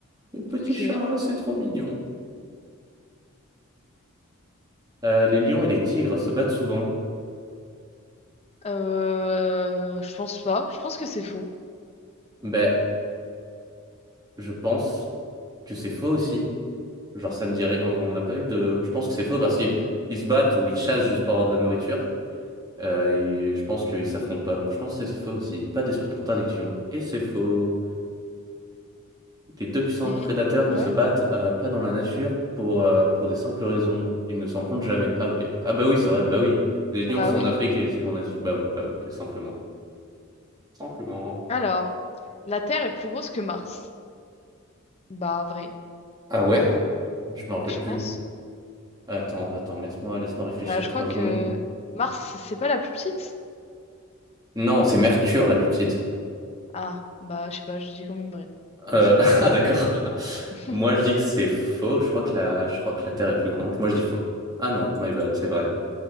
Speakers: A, on the right (about 20°); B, on the left (about 30°).
A: Les petits
B: Ok.
A: chats, c'est trop mignon. Euh, les lions et les tigres se battent souvent.
B: Euh, je pense pas. Je pense que c'est faux.
A: Ben, je pense que c'est faux aussi. Genre ça me dirait, on on n'a pas eu de... Je pense que c'est faux parce qu'ils ils se battent ou ils chassent juste pour avoir de la nourriture. Euh, et je pense qu'ils s'affrontent pas, donc je pense que c'est faux aussi. Pas d'esprit de contradiction. Et c'est faux. Les deux puissants
B: Les...
A: prédateurs ne
B: Ouais.
A: se battent euh, pas dans la nature pour, euh, pour des simples raisons. Ils ne se rencontrent jamais. Ah ok. Ah bah oui, c'est vrai, bah oui. Les lions
B: Bah
A: sont
B: oui.
A: en Afrique et les tigres en Asie. Bah oui, bah oui, simplement. Simplement.
B: Alors, la Terre est plus grosse que Mars. Bah, vrai,
A: Ah ouais? Je me rappelle
B: je
A: plus.
B: pense.
A: Attends, attends, laisse-moi laisse-moi réfléchir
B: Bah, je
A: trois
B: crois que
A: secondes.
B: Mars, c'est pas la plus petite?
A: Non, c'est Mercure la plus petite.
B: Ah, bah, je sais pas, je dis quand même vrai.
A: Euh, <laughs> ah d'accord.
B: <laughs>
A: Moi je dis que c'est faux. Je crois que la je crois que la Terre est plus grande. Moi je dis faux. Ah non, my bad, c'est vrai.